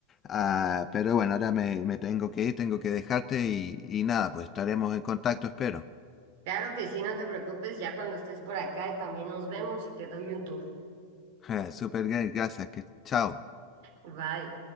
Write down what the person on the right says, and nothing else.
Claro que sí, no te preocupes, ya cuando estés por acá también nos vemos y te doy un tour.
Bye.